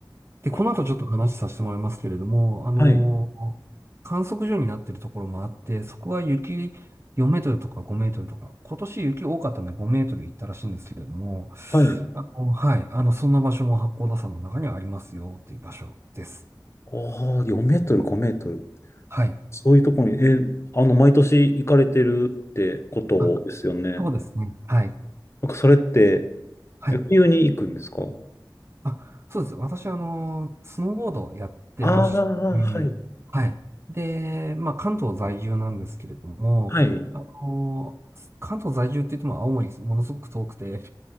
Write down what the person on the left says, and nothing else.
あ、
はい、
はい。
ああ、4メートル、5メートル。
そういうところに、えー、あの、毎年行かれてるってことですよね。
なんかそれって、
え冬に行くんですか
ああー、はい、
はい。